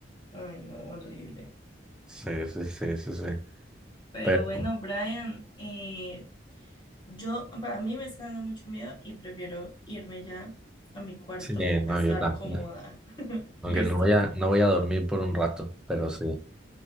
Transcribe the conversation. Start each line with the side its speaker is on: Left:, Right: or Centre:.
Left: Ay, no, horrible.
Centre: Sí, sí, sí, sí, sí.
Left: Pero
Centre: Pero
Left: bueno, Brian, eh, yo, para mí me está dando mucho miedo y prefiero irme ya a mi cuarto
Centre: sí, no,
Left: a estar
Centre: yo también.
Left: cómoda. <laughs>
Centre: Aunque
Left: ¿Listo?
Centre: no voy a, no voy a dormir por un rato, pero sí.